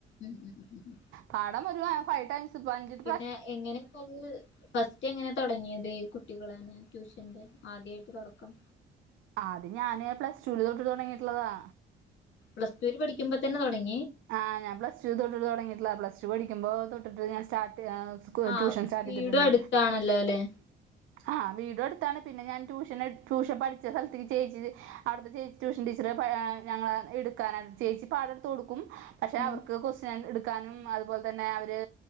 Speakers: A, on the left; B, on the right.
A: ഉം ഉം ഉം ഉം.
B: പാഠം ഒര് ഫൈ ടൈംസ് പ്പഞ്ച്-
A: ന്നെ എങ്ങനെ ഇപ്പൊ അതെ ഫസ്റ്റ് എങ്ങനെ തുടങ്ങിയത് കുട്ടികളെന്നെ ട്യൂഷന്റെ ആദ്യായിട്ട് തുടക്കം
B: ആഹ് അത് ഞാന് പ്ലസ്ടൂൽ തൊട്ട് തുടങ്ങിട്ടുള്ളതാ
A: പ്ലസ്ടുന് പഠിക്കമ്പൊ തന്നെതൊടങ്ങി-
B: ആഹ് ഞാൻ പ്ലസ്ടു തൊട്ട് തുടങ്ങിട്ടുളള പ്ലസ്ടു പഠിക്കുമ്പോ തൊട്ടിട്ട് ഞാൻ സ്റ്റാട്ട്- സ്കു
A: ആ
B: ട്യൂഷൻസ്റ്റാട്ടിതിട്ട്ണ്ട്
A: വീടും അടുത്താണല്ലോ അല്ലെ
B: ആ വീടും അടുത്താണ് പിന്നെ ഞാൻ ട്യൂഷൻ എട് ട്യൂഷൻ പഠിച്ച സ്ഥലത്തില് ചേച്ചി അവ്ടത്തെ ചേച്ചി ട്യൂഷൻ ടീച്ചറെ പാ ആ ഞങ്ങളെ എടുക്കാനായി ചേച്ചി പാടെട്ത്തൊടുക്കും പക്ഷെ
A: ഉം
B: അവർക്ക് ക്വസൃനൻ എടു ക്കാനും അതുപോൽതന്നെ അവര്